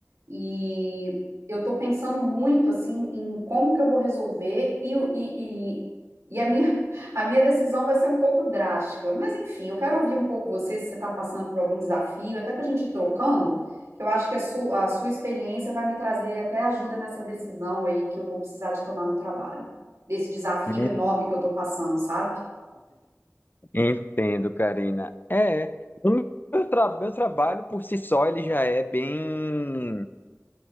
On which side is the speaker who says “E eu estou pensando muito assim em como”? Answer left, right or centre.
Right